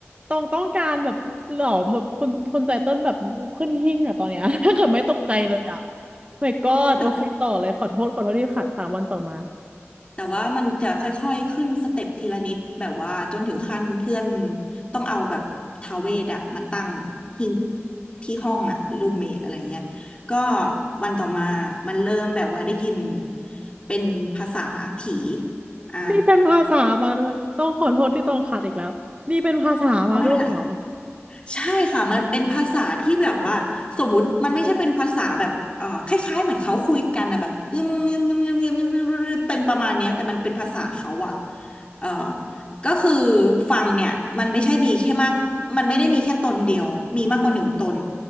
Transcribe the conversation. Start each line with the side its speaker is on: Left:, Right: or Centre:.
Right: ตองต้องการแบบหลอมแบบคนคนไตเติ้ลแบบขึ้นหิ้งอะตอนเนี้ย <laughs> ถ้าเกิดไม่ตกใจเลยอะ my god
Left: แต่
Right: โอเคต่อเลยขอโทษขอโทษที่ขัดค่ะวันต่อมา
Left: แต่ว่ามันจะค่อยๆขึ้นสเต็ปทีละนิดแบบว่าจนถึงขั้นเพื่อนต้องเอาแบบทาเวดอะมาตั้งที่ที่ห้องอะรูมเมทอะไรเงี้ยก็วันต่อมามันเริ่มแบบว่าได้ยินเป็นภาษาผีอ่า
Right: นี่เป็นภาษามาด้วยต้องขอโทษที่ต้องขัดอีกแล้วนี่เป็นภาษามาด้วยเหรอ
Left: ก็ไม่เป็นไร ใช่ค่ะมันเป็นภาษาที่แบบว่าสมมุติมันไม่ใช่เป็นภาษาแบบเอ่อคล้ายๆเหมือนเขาคุยกันนะแบบเงียบเงียบเงียบเงียบเงียบเงียบเงียบเงียบเป็นประมาณเนี้ยแต่มันเป็นภาษาเขาอะเอ่อก็คือฟังเนี่ยมันไม่ใช่มีแค่มากมันไม่ได้มีแค่ตนเดียวมีมากกว่าหนึ่งตน